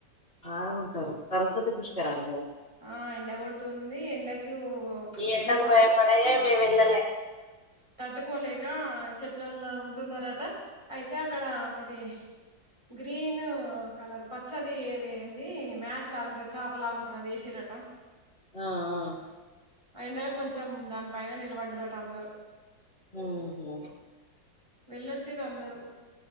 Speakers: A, on the left; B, on the right.
A: బాగుంటారు సరస్వతి పుష్కరాలుగదా
B: ఆ ఎండ కొడుతుంది ఎండకి
A: ఈ ఎండకు
B: జనాలు
A: భయపడే మేము వెళ్ళలే
B: తట్టుకోలేక చెట్లల్లో ఉంటున్నారట అయితే అక్కడ ఒకటి గ్రీన్ కలర్ పచ్చది ఏది ఏంది మ్యాట్ లాగుంటుంది చేప లాగుంటుంది అదేసిరట
A: ఆ ఆ
B: ఎండ కొంచెం దాని ఫైన నిలబడ్డారుట అందరు
A: ఉహు
B: వెళ్ళొచ్చిరు అందరూ